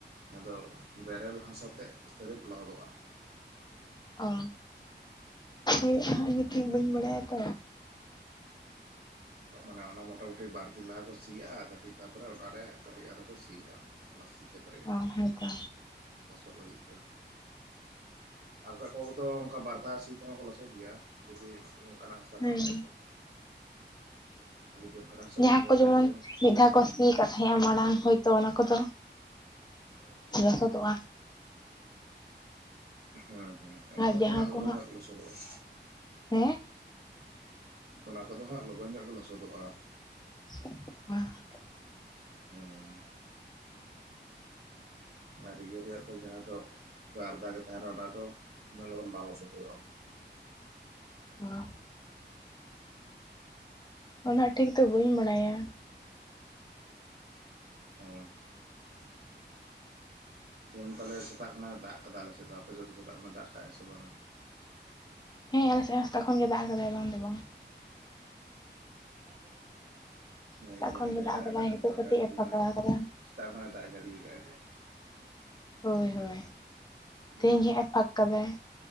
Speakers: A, on the right; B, on the left.
A: ᱟᱫᱚ ᱵᱮᱨᱮᱞ ᱦᱟᱥᱟᱛᱮᱜ ᱥᱨᱤᱯ ᱞᱚᱦᱚᱫᱚᱜᱼᱟ᱾
B: ᱚ <inaudible> ᱤᱧ
A: ᱦᱮᱸ
B: ᱴᱷᱤᱠ ᱵᱟᱹᱧ ᱵᱟᱲᱟᱭᱟ ᱛᱚ᱾
A: ᱢᱟᱱᱮ ᱚᱱᱟ ᱢᱚᱴᱟᱢᱩᱴᱤ ᱵᱟᱨᱫᱤᱱ ᱞᱟᱦᱟ ᱠᱚ ᱥᱤᱭᱟᱜᱼᱟ ᱠᱟᱹᱴᱤᱡ ᱛᱟᱨᱯᱚᱨᱮ ᱚᱱᱟᱨᱮ ᱠᱟᱹᱴᱤᱡ ᱟᱨᱚ ᱠᱚ ᱥᱤᱭᱟᱜᱼᱟ᱾ ᱚᱱᱟ ᱥᱤᱠᱷᱮᱛ ᱨᱮᱜ
B: ᱚ ᱦᱮᱸᱛᱚ
A: ᱞᱚᱥᱚᱜ ᱞᱟᱹᱜᱤᱫ ᱛᱮ᱾ ᱟᱨ ᱠᱚ ᱫᱚ ᱚᱱᱠᱟ ᱵᱟᱨᱫᱷᱟ ᱥᱤ ᱛᱮᱦᱚᱸ ᱠᱚ ᱞᱚᱥᱚᱫ ᱜᱮᱭᱟ ᱡᱚᱫᱤ ᱚᱝᱠᱟᱱᱟᱜ ᱦᱟᱥᱟ
B: ᱦᱮᱸ
A: ᱠᱟᱱ ᱠᱷᱟᱡ ᱫᱚ᱾ ᱟᱨ ᱡᱩᱫᱤ ᱚᱱᱠᱟᱱᱟᱜ ᱦᱟᱥᱟ ᱵᱟᱝ
B: ᱡᱟᱦᱟᱸ
A: ᱠᱟᱱ
B: ᱠᱚ ᱡᱮᱢᱚᱱ
A: ᱠᱷᱟᱡ ᱫᱚ ᱦᱮᱸ
B: ᱢᱤᱫ ᱫᱷᱟᱣ ᱠᱚ ᱥᱤᱭᱟᱠᱟᱫ ᱛᱟᱦᱮᱸᱜᱼᱟ ᱢᱟᱲᱟᱝ ᱦᱚᱭᱛᱚ ᱚᱱᱟ ᱠᱚᱫᱚ
A: <unintelligible>
B: ᱞᱚᱥᱚᱫᱚᱜᱼᱟ᱾
A: ᱦᱩᱸ ᱦᱩᱸ ᱚᱱᱟ
B: ᱟᱨ
A: ᱠᱚᱛᱮ
B: ᱡᱟᱦᱟᱸ
A: ᱦᱟᱸᱜ ᱞᱚᱜᱚᱱ
B: ᱠᱚ
A: ᱧᱚᱜ ᱜᱮ ᱞᱚᱥᱚᱫᱚᱜᱼᱟ᱾
B: ᱦᱮᱸ?
A: ᱚᱱᱟ ᱠᱚᱫᱚ ᱦᱟᱸᱜ ᱞᱚᱜᱚᱱ ᱧᱚᱜ ᱜᱮ ᱞᱚᱥᱚᱫᱚᱜᱼᱟ᱾
B: <unintelligible>
A: ᱦᱩᱸ᱾ ᱟᱨ ᱤᱭᱟᱹ ᱨᱮᱭᱟᱜ ᱫᱚ ᱡᱟᱦᱟᱸ ᱫᱚ ᱯᱩᱨᱟᱹ ᱟᱨᱫᱟ ᱜᱮ ᱛᱟᱦᱮᱱᱟ ᱚᱱᱟ ᱫᱚ ᱩᱱᱟᱹᱜ ᱞᱚᱜᱚᱱ ᱵᱟᱝ ᱞᱚᱥᱚᱫᱜᱚᱫᱚᱜᱼᱟ᱾
B: ᱦᱟᱸ ᱩᱱᱟᱹᱜ ᱴᱷᱤᱠ ᱫᱚ ᱵᱟᱹᱧ ᱵᱟᱲᱟᱭᱟ᱾
A: ᱦᱩᱸ, ᱛᱮᱦᱮᱧ ᱛᱟᱦᱞᱮ ᱥᱮᱛᱟᱜ ᱠᱷᱱᱟ ᱫᱟᱜ ᱠᱟᱫᱟ ᱟᱞᱮ ᱥᱮᱫ ᱫᱚ ᱟᱯᱮ ᱥᱮᱫ ᱫᱚ ᱥᱮᱛᱟᱜ ᱠᱷᱱᱟ ᱫᱟᱜ ᱠᱟᱜ-ᱟ ᱥᱮ ᱵᱟᱝᱟ?
B: ᱦᱮᱸ ᱟᱞᱮ ᱥᱮᱫ ᱦᱚᱸ ᱥᱮᱛᱟᱜ ᱠᱷᱚᱱ ᱜᱮ ᱫᱟᱜ ᱟᱠᱟᱫᱟᱭ ᱵᱟᱝ ᱫᱚ ᱵᱟᱝ᱾
A: <unintelligible> ᱮ
B: ᱥᱮᱛᱟᱜ
A: ᱤᱧ ᱡᱟᱦᱟᱸ
B: ᱠᱷᱚᱱ ᱜᱮ
A: ᱡᱟᱭᱜᱟᱨ
B: ᱫᱟᱜ ᱟᱠᱟᱫᱟᱭ
A: ᱨᱮ ᱦᱮᱱᱟᱜ ᱟᱠᱟᱫᱤᱧᱟ
B: ᱱᱤᱛᱚᱜ
A: ᱚᱸᱰᱮ
B: ᱠᱟᱹᱴᱤᱡ
A: ᱟᱨᱠᱤ
B: ᱮ ᱯᱷᱟᱸᱠᱟ
A: ᱢᱟᱱᱮ
B: ᱟᱠᱟᱫᱟ
A: ᱥᱮᱛᱟᱜ ᱠᱷᱱᱟ ᱜᱮ ᱫᱟᱜ ᱡᱟᱹᱲᱤᱭ ᱫᱟᱭ,
B: ᱦᱳᱭ ᱦᱳᱭ
A: ᱦᱩᱸ
B: ᱛᱮᱦᱮᱧ ᱜᱮ ᱦᱟᱸᱜ ᱮᱯᱷᱟᱠ ᱠᱟᱫᱟᱭ᱾